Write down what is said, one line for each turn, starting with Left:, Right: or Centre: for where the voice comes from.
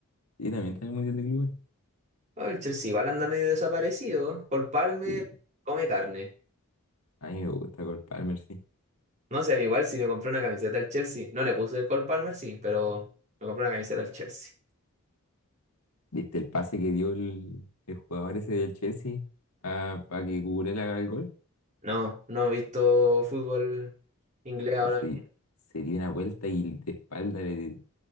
Left: Sí, también está en el Mundial de Clubes.
Right: Ah, el Chelsea igual anda medio desaparecido. Cole Palmer
Left: Sí,
Right: come carne.
Left: a mí me gusta Cole Palmer, sí.
Right: No sé, a mí igual si me compré una camiseta del Chelsea. No le puse el Cole Palmer, sí, pero me compré una camiseta del Chelsea.
Left: ¿Viste el pase que dio el, el jugador ese del Chelsea a, para que Cucurella haga el gol?
Right: No, no he visto fútbol inglés
Left: O
Right: ahora
Left: se,
Right: mismo.
Left: se dio una vuelta y de espalda le-